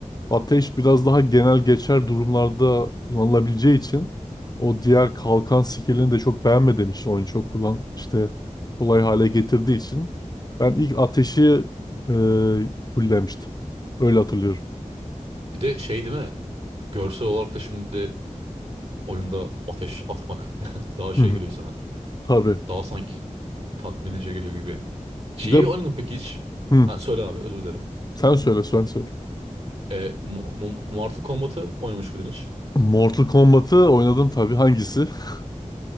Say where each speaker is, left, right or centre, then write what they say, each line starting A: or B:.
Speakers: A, on the left; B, on the right.
A: Ateş biraz daha genel geçer durumlarda kullanılabileceği için o diğer kalkan skillini de çok beğenmediğim için oyunu çok kullan işte kolay hale getirdiği için ben ilk ateşi e, fullemiştim. Öyle hatırlıyorum.
B: Bir de şey değil mi? Görsel olarak da şimdi oyunda ateş atmak <laughs> daha şey
A: Hı hı.
B: geliyor sana.
A: Tabii.
B: Daha sanki tatmin edici geliyor gibi. Şeyi
A: Bir de
B: oynadın peki hiç?
A: hı,
B: Ha, söyle abi özür dilerim.
A: sen söyle sen söyle.
B: E, Mo- Mo- Mortal Kombat'ı oynamış mıydın hiç?
A: Mortal Kombat'ı oynadım tabii. Hangisi? <laughs>